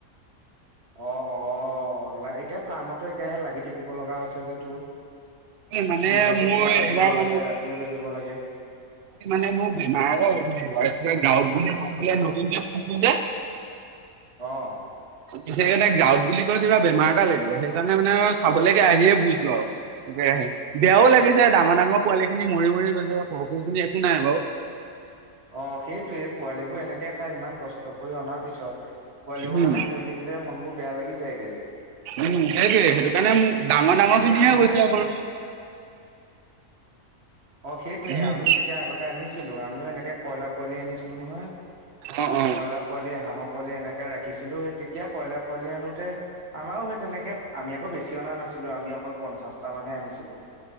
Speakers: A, on the right; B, on the right.
A: অহ', অহ' এতিয়া ফাৰ্মতো একেৰাহে লাগি থাকিব লগা হৈছে যে তোৰ।
B: এই মানে
A: দিনতো
B: মোৰ
A: সেয়া লাগিব
B: এইবাৰ মানে
A: লাগে, ৰাতিও লাগিব লাগে।
B: মানে মোৰ বেমাৰ হৈ উঠিছে আকৌ মাৰ গাঁৱত বুলি ক'লে নতুন কে হৈছে যে।
A: অহ',।
B: এইফালে মানে গাঁৱত বুলি ক'ল কিবা বেমাৰ এটা লাগিলে, সেইকাৰণে মানে চাবলৈকে আহিয়ে ফূৰিছো আৰু। তাকেহে বেয়াও লাগিছে ডাঙৰ ডাঙৰ পোৱালী খিনি মৰি মৰি গৈছে, সৰু সৰুখিনি একো নাই বাৰু।
A: অ', সেইটোৱে পোৱালিবোৰ এনেকে চাই ইমান কষ্ট কৰি অনাৰ পিছত, পোৱালিবোৰ
B: উম
A: মানে মৰি থা কিলে মন বোৰ বেয়া লাগি যায় গে।
B: উম', সেইটোৱে সেইটো কাৰণে মোৰ ডাঙৰ ডাঙৰ
A: সেয়া
B: খিনিহে
A: আমি
B: হৈছে অকল।
A: অ', সেইটোৱে
B: উম
A: আমি যেতিয়া আগতে আনিছিলো, আমিও এনেকে কইলাৰ পোৱালি আনিছিলো নহয়,
B: অ অ
A: কইলাৰ পোৱালি হাঁহৰ পোৱালি এনেকে ৰাখিছিলো, সেই তেতিয়া কইলাৰ পোৱালি আনোতে আমাৰো সেই তেনেকে আমি আকৌ বেছি অনা নাছিলো, আমি অকল পঞ্চাশটা মানহে আনিছিলো।